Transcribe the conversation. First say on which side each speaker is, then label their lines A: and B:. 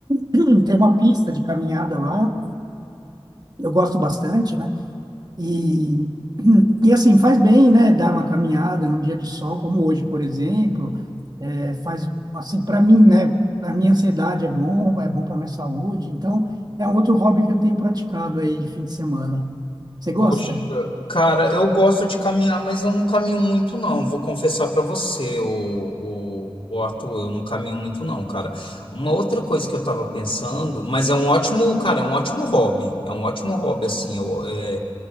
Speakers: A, on the right; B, on the left.
A: <clears throat> tem uma pista de caminhada lá, eu gosto bastante, né? E, <clears throat> e assim, faz bem, né? Dar uma caminhada num dia de sol, como hoje, por exemplo. É, faz, assim, para mim, né? Para minha ansiedade é bom, é bom para minha saúde. Então, é um outro hobby que eu tenho praticado aí de fim de semana. Você gosta?
B: Poxa, cara, eu gosto de caminhar, mas eu não caminho muito não. Vou confessar pra você, o, o Arthur, eu não caminho muito não, cara. Uma outra coisa que eu tava pensando, mas é um ótimo, cara, é um ótimo hobby. É um ótimo hobby assim, eu, é,